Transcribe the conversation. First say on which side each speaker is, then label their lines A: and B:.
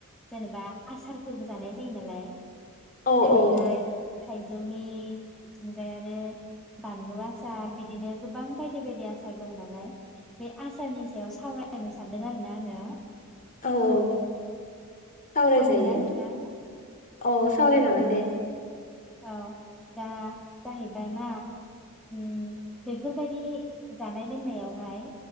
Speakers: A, in the centre; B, on the left (about 35°).
A: जेनेबा आसारफोरबो जानाय जायो नालाय
B: औ
A: जेरैहाय
B: औ
A: थाइजौनि बिथिंजाय आरो बानलु आसार बिदिनो गोबां बायदि बायदि आसा सार दं नालाय बे आसारनि सायाव सावरायनो सान दों आरोना आङो
B: औ औ सावराय
A: जागोन
B: जायो
A: ना नोंथां
B: औ सावराय जागोन दे।
A: औ दा जाहैबाय मा उम बेफोरबायाददि जानाय लोंनायावहाय